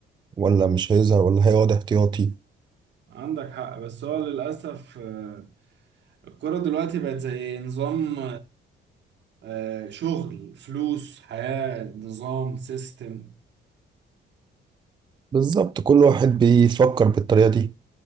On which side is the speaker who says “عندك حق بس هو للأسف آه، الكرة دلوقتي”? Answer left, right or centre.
Right